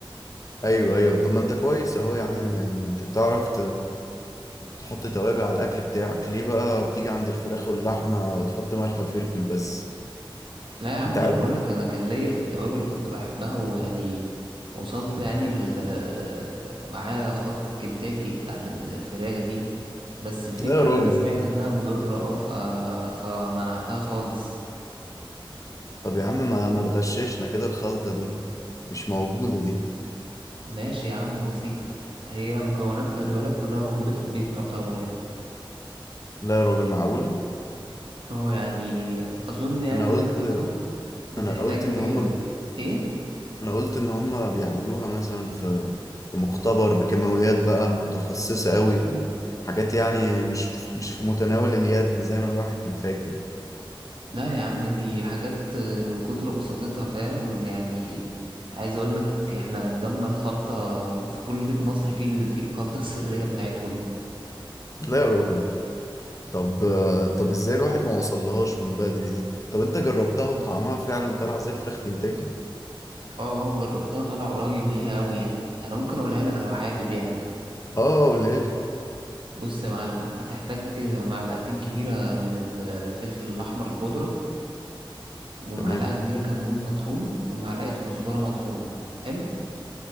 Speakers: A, on the left; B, on the right.
A: ايوه ايوه طب ما انت كويس اهو يا عم يعني انت بتعرف تحط توابل على الاكل بتاعك ليه بقى بتيجي عند الفراخ واللحمه تحط ملح وفلفل بس
B: لا يا عم
A: انت
B: انا
A: عارف
B: بقول لك انا كان ليا في التوابل وكنت بحبها ويعني وصلت يعني ال- معايا خلطة كنتاكي بتاعت الفراخ دي بس الفكرة
A: لا يا راجل
B: اللي انا سمعت انها مضرة اه ف... فمنعتها خالص
A: طب يا عم ما ما تغششنا كده الخلطه دي مش موجوده دي
B: ماشي يا عم بسيطة هي مكونات خلي بالك كلها موجودة في البيت تعتبر يعني
A: لا يا راجل معقوله
B: اه يعني اظن يعني
A: انا
B: اللي
A: قلت
B: انا فاكره بتحتاج
A: انا قلت ان هم
B: آه، ايه
A: انا قلت ان هم بيعملوها مثلا في في مختبر بكيماويات بقى متخصصه قوي وحاجات يعني مش مش في متناول اليد زي ما الواحد كان فاكر
B: لا يا عم دي حاجات من كتر بساطتها فاهم يعني عايز اقول لك احنا قدامنا الخلطة في كل بيت مصري فيه ال- فيه الخلطة <laughs> السرية بتاعتهم دي
A: لا يا راجل طب طب ازاي الواحد ما وصلهاش من بدري دي طب انت جربتها وطعمها فعلا طلع زي فراخ كنتاكي
B: اه آه، جربتها طالع قريب ليها قوي يعني انا ممكن اقولها لك لو حابب يعني
A: اه قولها لي
B: بص يا معلم هتحتاج معلقتين كبيرة من الفلفل الاحمر البودرة ومعلقة
A: تمام
B: كبيرة كمون مطحون ومعلقة كزبرة مطحونة حلو